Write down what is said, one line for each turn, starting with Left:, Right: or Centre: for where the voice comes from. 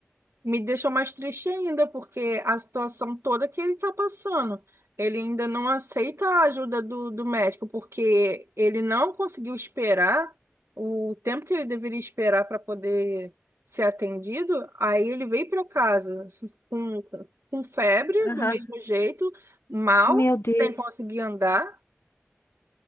Right: Me deixou mais triste ainda, porque a situação toda que ele está passando, ele ainda não aceita a ajuda do, do médico, porque ele não conseguiu esperar o tempo que ele deveria esperar para poder ser atendido. Aí ele veio para casa assim, com, com febre,
Left: Aham.
Right: do mesmo jeito, mal,
Left: Meu Deus.
Right: sem conseguir andar.